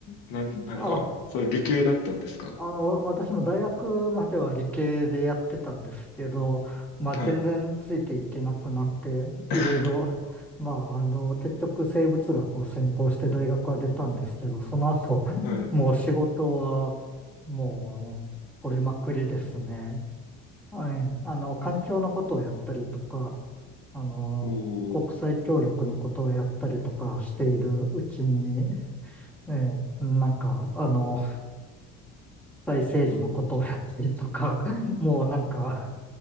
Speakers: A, on the left; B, in the centre.
A: なん、なんか、
B: あ、
A: それ理系だったんですか
B: あの、私も大学までは理系でやってたんですけど、まあ全然ついていけなくなって、
A: はい。
B: いろいろ、
A: <laughs>
B: まああの、結局生物学を専攻して大学は出たんですけど、その後、
A: はい。
B: もう仕事はもう折れまくりですね。はい。あの、環境のことをやったりとか、あの、
A: おー、
B: 国際協力のことをやったりとかしているうちに、ええ、なんか、あの、際政治のことをやったりとか、
A: うん、
B: <laughs> もうなんか、